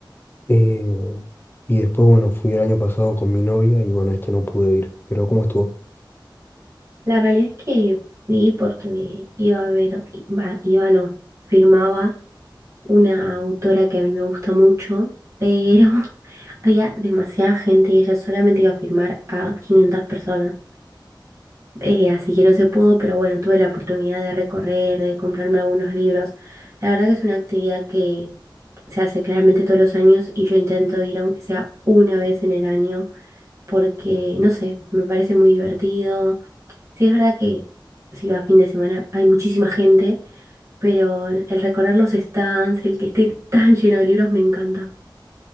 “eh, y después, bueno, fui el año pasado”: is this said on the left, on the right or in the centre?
Left